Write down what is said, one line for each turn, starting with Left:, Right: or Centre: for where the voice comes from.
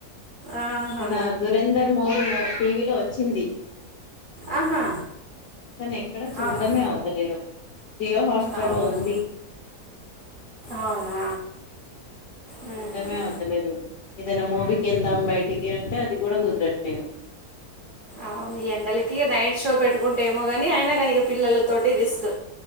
Right: ఆహా
Left: మొన దురేందర్ మూవీలో టీ వీ లో వ చ్చింది
Right: ఆహా
Left: స్సల్ నేను ఎక్కడా చూడ్డమే
Right: అవునా
Left: అవుతలేదు జియో హోస్టర్లో
Right: అవును
Left: ఉంది
Right: అవునా
Left: మ్మ్
Right: మ్మ్హ్మ్.
Left: చూడ్డమే అవుతలేదు ఏదైనా మూవీ కెల్దం బయటికి అంటే అది కూడా కుదరట్లేదు
Right: అవును ఎండలకి నైట్ షో పెట్టుకుంటే ఏమో గాని అయినా గాని ఇగ పిల్లలతోటి రిస్క్